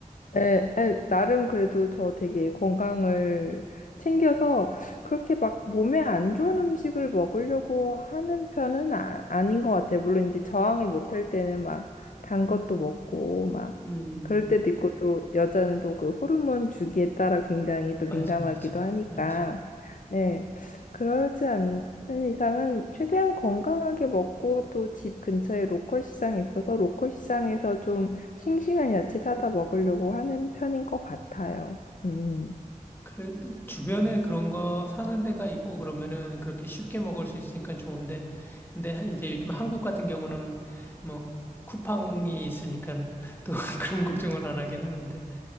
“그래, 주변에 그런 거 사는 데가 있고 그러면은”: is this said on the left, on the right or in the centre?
Left